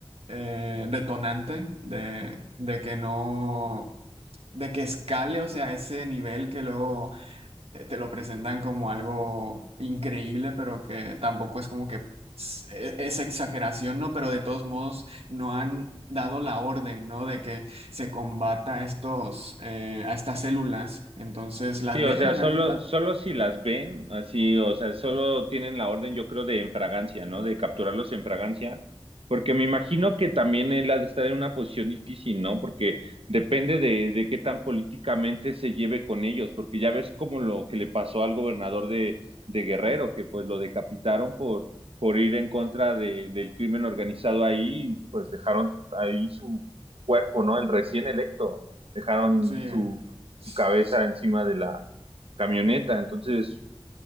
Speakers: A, on the right (about 80°); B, on the right (about 65°).
A: eh, detonante de, de que no... de que escale, o sea, ese nivel que luego eh, te lo presentan como algo increíble, pero que tampoco es como que s- e- es exageración, ¿no? Pero de todos modos no han dado la orden, ¿no? De que se combata a estos, eh, a estas células. Entonces las
B: Sí,
A: dejan
B: o sea, solo,
A: ahí, las,
B: solo si las ven, así, o sea, solo tienen la orden, yo creo, de en fragancia, ¿no? De capturarlos en fragancia, porque me imagino que también él ha de estar en una posición difícil, ¿no? Porque depende de, de qué tan políticamente se lleve con ellos, porque ya ves como lo que le pasó al gobernador de, de Guerrero, que pues lo decapitaron por, por ir en contra de, del crimen organizado ahí, y pues dejaron ahí su cuerpo, ¿no? El recién electo, dejaron
A: sí,
B: su su
A: s-
B: cabeza encima de la camioneta. Entonces,